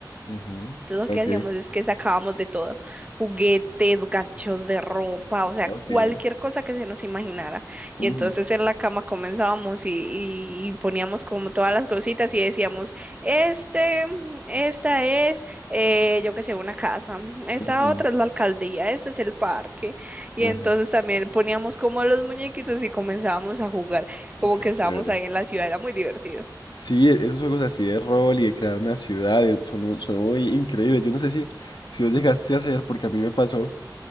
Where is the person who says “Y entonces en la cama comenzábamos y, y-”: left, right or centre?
Right